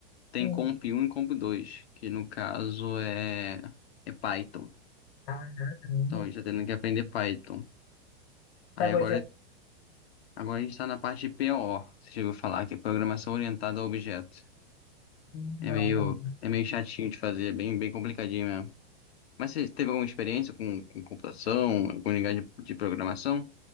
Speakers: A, on the left; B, on the left.
A: tem
B: Sim.
A: Comp um e Comp 2, que no caso é, é Python.
B: Ah, não.
A: Então a gente tá tendo que aprender Python. Aí
B: Tá gostando?
A: agora, agora a gente tá na parte de PO, você já ouviu falar, que é Programação Orientada a Objetos.
B: Não,
A: É meio,
B: não.
A: é meio chatinho de fazer, é bem, bem complicadinho mesmo. Mas você teve alguma experiência com, com computação, com linguagem de, de programação?